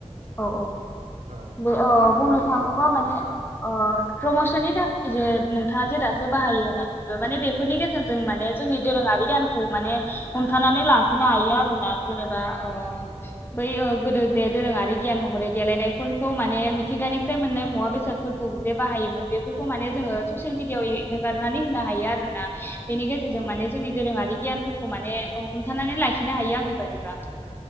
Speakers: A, on the left (about 20°); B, on the right (about 85°).
A: औ औ
B: औ
A: बे ओ
B: नोंथाङाबो
A: बुंनो थाङोबा
B: माबाफोर होनबावगोन
A: माने
B: नामा
A: ओ प्रमसननि थाखाय जे नोंथाङा जे दा <unintelligible> होननानै बुंदों माने बेफोरनि गेजेरजों माने जोंनि दोरोङारि गानखौ माने हमथानानै लाखिनो हायो आरोना जेनेबा ओ बै गोदो जे दोरोङारि गियान महरै देलायनायफोरखौ माने मिथिंगानिफ्राय मोननाय मुवा बेसादफोरखौ जे बाहायोमोन बेफोरखौ माने जोङो ससियेल मिडियाआव हेगारनानै होनो हायो आरो ना बेनि गेजेरजों
B: औ
A: माने जोंनि दोरोङारि गियानफोरखौ माने हमथानानै लाखिनो हायो आंनि बादिबा